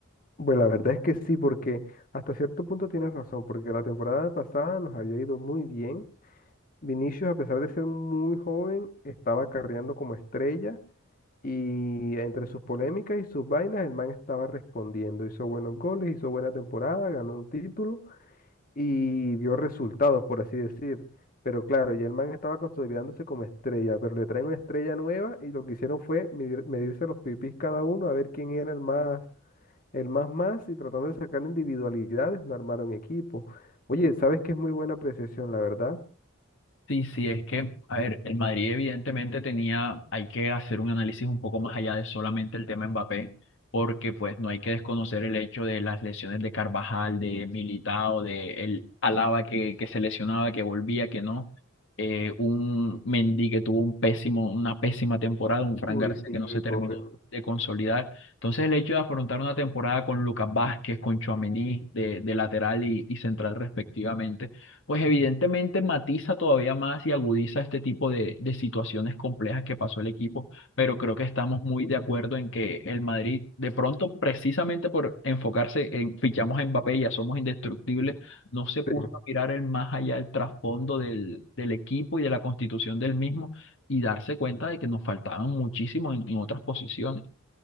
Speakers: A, on the left; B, on the left.
A: Bueno, la verdad es que sí, porque hasta cierto punto tienes razón, porque la temporada pasada nos había ido muy bien. Vinicius, a pesar de ser muy joven, estaba carreando como estrella y entre sus polémicas y sus vainas, el man estaba respondiendo. Hizo buenos goles, hizo buena temporada, ganó un título y dio resultados, por así decir. Pero claro, ya el man estaba consolidándose como estrella, pero le traen una estrella nueva y lo que hicieron fue medir- medirse los pipis cada uno a ver quién era el más El más más y tratando de sacar individualidades, no armaron equipo. Oye, ¿sabes que es muy buena apreciación, la verdad?
B: Sí, sí, es que, a ver, el Madrid evidentemente tenía, hay que hacer un análisis un poco más allá de solamente el tema Mbappé, porque pues no hay que desconocer el hecho de las lesiones de Carvajal, de Militao, de el Alaba que, que se lesionaba, que volvía, que no, eh, un Mendy que tuvo un pésimo, una pésima temporada, un Fran
A: Uy,
B: García
A: Sí,
B: que no se
A: sí.
B: terminó
A: pobre.
B: de consolidar. Entonces el hecho de afrontar una temporada con Lucas Vázquez, con Tchouaméni de, de lateral y y central respectivamente pues evidentemente matiza todavía más y agudiza este tipo de, de situaciones complejas que pasó el equipo, pero creo que estamos muy de acuerdo en que el Madrid, de pronto, precisamente por enfocarse en fichamos a Mbappé, ya somos indestructibles, no se puso
A: Sí,
B: a mirar el más allá el trasfondo del, del equipo y de la constitución del mismo y darse cuenta de que nos faltaban muchísimo en en otras posiciones.